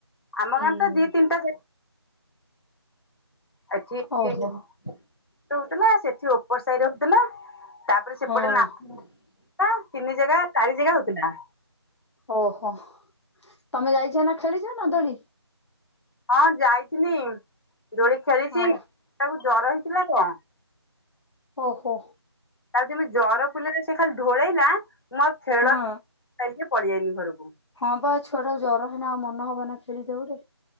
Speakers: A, on the left (about 60°); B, on the left (about 80°).
A: ଆମ
B: ହୁଁ
A: ଗାଁରେ ତ ଦି ତିନିଟା ଜେଗା ଏଠି
B: ଓହୋ
A: ହଉଥିଲା ସେଠି ଉପର ସାଇ ରେ ହଉଥିଲା। ତା ତାପରେ ସେପଟେ
B: ହଁ
A: ନାଥ ତିନି ଜାଗା ଚାରି ଜାଗା ହୋଉଥିଲା।
B: ଓହୋ ତମେ ଯାଇଛ ନା ଖେଳିଛ ନା ଦୋଳି?
A: ହଁ ଯାଇଥିନି। ଦୋଳି ଖେଳିଛି
B: ହଁ
A: ତାକୁ ଜର ହେଇଥିଲା ତ
B: ଓହୋ
A: <unintelligible> ଢ଼ୋଳେଇଲା ମୁଁ ଆଉ ଖେଳ
B: ହଁ
A: ଚାଲିକି ପଳେଇଆଇଲୀ ଘରକୁ।
B: ହଁ ବା ଛୁଆ ଟାକୁ ଜର ହେଲା ଆଉ ମନ ହବ ନା ଖେଳିଦେ ବୋଲି